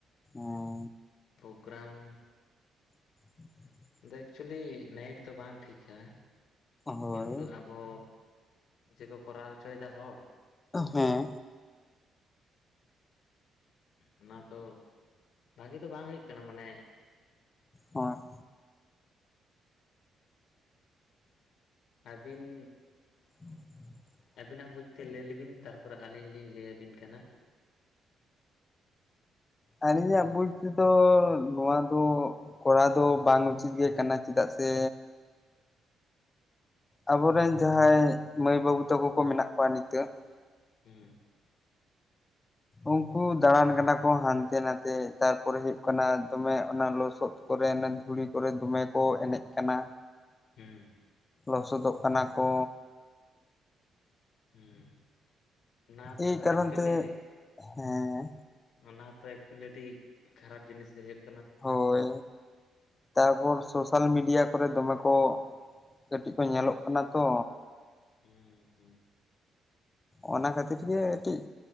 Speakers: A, on the left; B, on the left.
A: ᱦᱮᱸ᱾
B: ᱯᱳᱜᱨᱟᱢ
A: <inaudible>
B: ᱮᱠᱪᱩᱭᱮᱞᱤ ᱱᱟᱭᱤᱴ ᱫᱚ ᱵᱟᱝ ᱴᱷᱤᱠᱟ,
A: ᱦᱳᱭ
B: ᱠᱤᱱᱛᱩ ᱟᱵᱚ ᱡᱮᱠᱚ ᱠᱚᱨᱟᱣ ᱦᱚᱪᱚᱭᱮᱫᱟ ᱦᱚᱲ᱾
A: ᱦᱮᱸ᱾
B: ᱚᱱᱟ ᱫᱚ ᱵᱷᱟᱜᱮ ᱫᱚ ᱵᱟᱝ ᱦᱩᱭᱩᱜ ᱠᱟᱱᱟ ᱢᱟᱱᱮ
A: ᱦᱚᱸ᱾
B: ᱟᱹᱵᱤᱱ
A: <inaudible>
B: ᱟᱵᱤᱱᱟᱜ ᱵᱩᱡᱽ ᱛᱮ ᱞᱟᱹᱭ ᱞᱮᱵᱤᱱ, ᱛᱟᱨᱯᱚᱨᱮ ᱟᱹᱞᱤᱧ ᱞᱤᱧ ᱞᱟᱹᱭ ᱟᱵᱤᱱ ᱠᱟᱱᱟ᱾
A: ᱟᱹᱞᱤᱧᱟᱜ ᱵᱩᱡᱽ ᱛᱮᱫᱚ ᱱᱚᱶᱟ ᱫᱚ ᱠᱚᱨᱟᱣ ᱫᱚ ᱵᱟᱝ ᱩᱪᱤᱛ ᱜᱮ ᱠᱟᱱᱟ, ᱪᱮᱫᱟᱜ ᱥᱮ ᱟᱵᱚ ᱨᱮᱱ ᱡᱟᱦᱟᱸᱭ ᱢᱟᱹᱭ ᱵᱟᱹᱵᱩ ᱛᱟᱠᱚ ᱠᱚ ᱢᱮᱱᱟᱜ ᱠᱚᱣᱟ ᱱᱤᱛᱚᱜ ᱾
B: ᱦᱩᱸ᱾
A: ᱩᱱᱠᱩ ᱫᱟᱬᱟᱱ ᱠᱟᱱᱟ ᱠᱚ ᱦᱟᱱᱛᱮ ᱱᱟᱛᱮ, ᱛᱟᱨᱯᱚᱨᱮ ᱦᱩᱭᱩᱜ ᱠᱟᱱᱟ ᱫᱚᱢᱮ ᱚᱱᱟ ᱞᱚᱥᱚᱫ ᱠᱚᱨᱮ ᱚᱱᱮ ᱫᱷᱩᱲᱤ ᱠᱚᱨᱮ ᱫᱚᱢᱮ ᱠᱚ ᱮᱱᱮᱡ ᱠᱟᱱᱟ᱾
B: ᱦᱩᱸ
A: ᱞᱚᱥᱚᱫᱚᱜ ᱠᱟᱱᱟ ᱠᱚ᱾
B: ᱦᱩᱸᱻ ᱚᱱᱟ
A: ᱮᱭ
B: ᱛᱚ
A: ᱠᱟᱨᱚᱱ
B: ᱮᱠᱪᱩᱭᱮᱞᱤ
A: ᱛᱮ
B: ᱟᱹᱰᱤ
A: ᱦᱮᱸ
B: ᱚᱱᱟ ᱛᱚ ᱮᱠᱪᱩᱭᱮᱞᱤ ᱟᱹᱰᱤ ᱠᱷᱟᱨᱟᱯ ᱡᱤᱱᱤᱥ ᱜᱮ ᱦᱳᱭᱳᱜ
A: ᱦᱳᱭ᱾ ᱛᱟᱨᱯᱚᱨ ᱥᱳᱥᱟᱞ ᱢᱤᱰᱤᱭᱟ ᱠᱚᱨᱮ ᱫᱚᱢᱮ ᱠᱚ ᱠᱟᱹᱴᱤᱡ ᱠᱚ ᱧᱮᱞᱚᱜ ᱠᱟᱱᱟ ᱛᱚ᱾
B: ᱦᱩᱸᱻ ᱦᱩᱸ᱾
A: ᱚᱱᱟ ᱠᱷᱟᱹᱛᱤᱨ ᱜᱮ ᱠᱟᱹᱴᱤᱡ